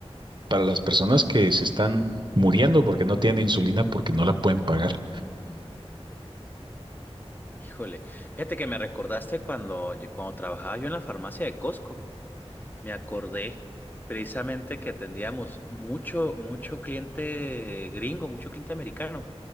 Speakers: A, on the right; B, on the left.
A: Para las personas que se están muriendo porque no tienen insulina, porque no la pueden pagar.
B: Híjole, fíjate que me recordaste cuando, yo- cuando trabajaba yo en la farmacia de Costco. Me acordé precisamente que atendíamos mucho, mucho cliente gringo, mucho cliente americano,